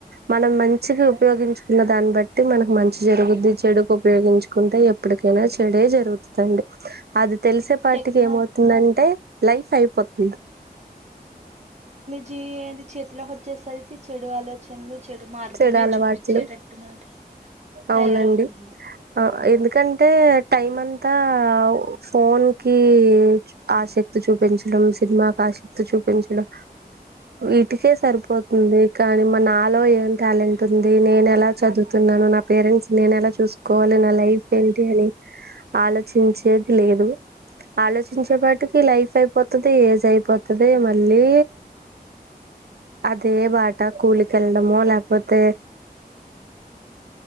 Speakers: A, on the right; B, on the right.
A: మనం మంచిగా ఉపయోగించుకున్న దాన్ని బట్టి మనకు మంచి జరుగుద్ది చెడుకి ఉపయోగించుకుంటే ఎప్పటికైనా చెడే జరుగుతుదండి అది తెలుసు ఇటిక
B: టెక్నో
A: ఏమవుతుందంటే లైఫ్ అయిపోతుంది
B: జ అది చేతిలోకి వచ్చేసరికి చెడు ఆలోచనలు చెడు మార్గమే
A: చెడు అలవాట్లు
B: చూపించేటట్టు నాడు
A: అవునండి
B: తయారవుతుంది
A: ఆ ఎందుకంటే టైం అంతా ఫోన్ కి ఆసక్తి క్తి చూపించడం సినిమాకాశం క్తి చూపించడం ఈటికే సరిపోతుంది కానీ మ నా హలో ఏ టాలెంట్ ఉంది నేను ఎలా చదువుతున్నాను నా పేరెంట్స్ నేను ఎలా చూసుకోవాలి నా లైఫ్ ఏంటి అని ఆలోచించేది లేదు ఆలోచించే పాటికి లైఫ్ అయిపోతది ఏజ్ అయిపోతది మళ్ళీ అదే బాట కూలికెళ్ళడమో లేకపో పోతే